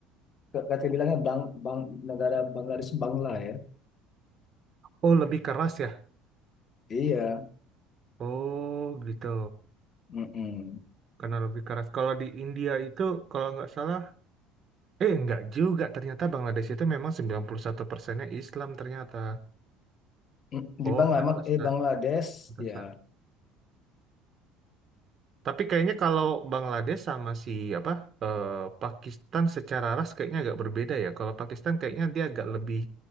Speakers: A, on the left (about 25°); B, on the right (about 30°).
A: k- kata bilangnya bang, bang negara Bangladesh Bangla ya.
B: Oh lebih keras ya?
A: Iya.
B: Oh gitu.
A: Mm-mm.
B: Karena lebih keras. Kalau di India itu kalau nggak salah, eh nggak juga. Ternyata Bangladesh itu memang 91 persennya Islam ternyata.
A: Mm,
B: Oh
A: Di Bangla
B: pantesan,
A: mak- eh Bangladesh
B: pantesan.
A: ya
B: Tapi kayaknya kalau Bangladesh sama si apa eh, Pakistan secara ras kayaknya agak berbeda ya. Kalau Pakistan kayaknya dia agak lebih